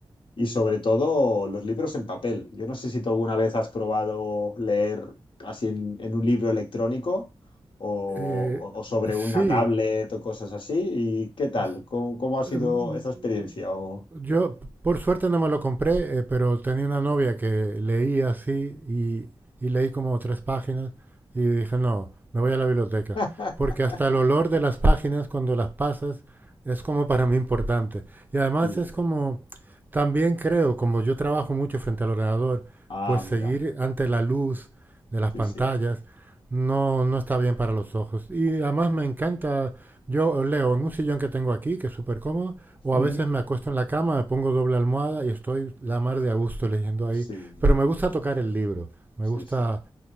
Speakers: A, on the left; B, on the right.
A: y sobre todo los libros en papel. Yo no sé si tú alguna vez has probado leer así en, en un libro electrónico o,
B: eh,
A: o sobre
B: sí.
A: una tablet o cosas así. ¿Y qué tal?
B: Es-
A: ¿Cómo, cómo ha sido
B: mm,
A: esa experiencia? O...
B: Yo, por suerte, no me lo compré, eh, pero tenía una novia que leía así y, y leí como tres páginas y dije, no, me voy a la biblioteca.
A: <laughs>
B: Porque hasta el olor de las páginas cuando las pasas es como para mí importante. Y además
A: Sí.
B: es como, también creo, como yo trabajo mucho frente al ordenador,
A: Ah,
B: pues
A: mira.
B: seguir ante la luz de las
A: Sí,
B: pantallas
A: sí.
B: no, no está bien para los ojos. Y además me encanta, yo leo en un sillón que tengo aquí, que es súper cómodo, o
A: Ujú.
B: a veces me acuesto en la cama, me pongo doble almohada y estoy la mar de a gusto leyendo ahí.
A: Sí,
B: Pero me gusta tocar el libro, me
A: sí,
B: gusta,
A: sí.